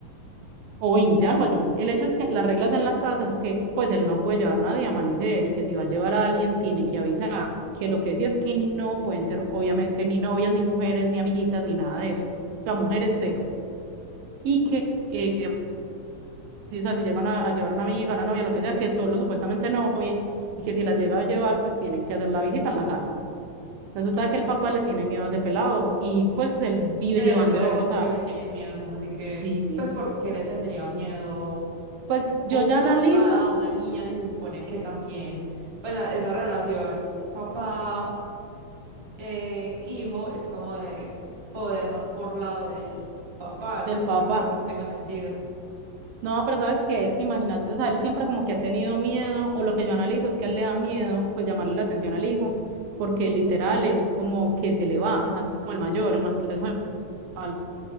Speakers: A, on the right; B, on the right.
A: o 20 algo así. El hecho es que las reglas en la casa es que pues él no puede llevar nadie a amanecer y que si va a llevar a alguien tiene que avisar, que lo que sí es que no pueden ser obviamente ni novias, ni mujeres, ni amiguitas, ni nada de eso. O sea, mujeres cero. Y que, eh, o sea, si llegan a, a llevar una amiga, una novia, lo que sea, que solo supuestamente novia y que si las llega a llevar pues tienen que hacer la visita en la sala. Resulta que el papá le tiene miedo a ese pelado y pues él vive
B: Pero
A: llevando,
B: espera, como
A: o sea,
B: que le tienen miedo, como así que,
A: sí.
B: pues, ¿por qué le tendría miedo
A: Pues yo
B: un
A: ya
B: papá
A: analizo
B: a una niña si se supone que también, pues, la- esa relación papá, eh, hijo es como de poder más por lado del papá?
A: del
B: Pues
A: papá
B: yo no creo que eso tenga sentido.
A: No, pero ¿sabes qué es? Que imagínate, o sea, él siempre como que ha tenido miedo, o lo que yo analizo es que a él le da miedo, pues llamarle la atención al hijo, porque literal es como que se le va, así como el mayor, el mayor dejó a